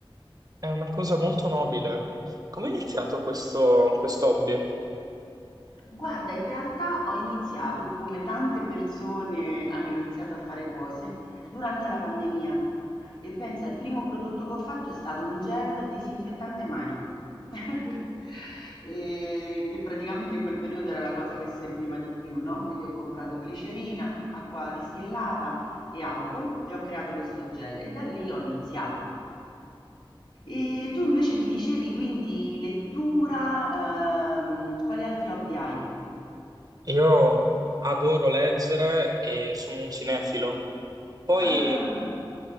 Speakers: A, on the right; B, on the left.
A: È una cosa molto nobile. Come è iniziato questo questo hobby?
B: Guarda, in realtà ho iniziato, come tante persone hanno iniziato a fare cose, durante la pandemia. E pensa, il primo prodotto che ho fatto è stato un gel disinfettante mani, <laughs> E che praticamente in quel periodo era la cosa che serviva di più, no? Quindi ho comprato glicerina, acqua distillata e alcol e ho creato questo gel e da lì ho iniziato. E tu invece mi dicevi quindi lettura, ehm, quali altri hobby hai?
A: Io adoro leggere e sono un cinefilo. Poi
B: Ah,